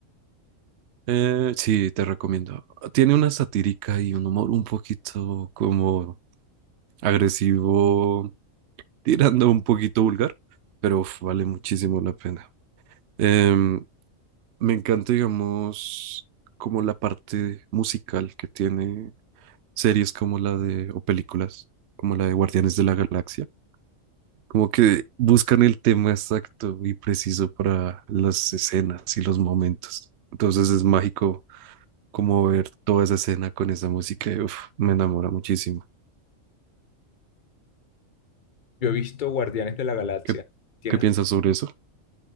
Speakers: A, on the right; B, on the left.
A: Eh, sí, te recomiendo. Tiene una satírica y un humor un poquito como agresivo, tirando un poquito vulgar, pero uf, vale muchísimo la pena. Em, me encanta, digamos, como la parte musical que tiene series como la de, o películas, como la de Guardianes de la Galaxia. Como que buscan el tema exacto y preciso para las escenas y los momentos. Entonces es mágico como ver toda esa escena con esa música. y, Uf, me enamora muchísimo.
B: Yo he visto Guardianes de la Galaxia.
A: ¿Qué,
B: ¿Tienes?
A: qué piensas sobre eso?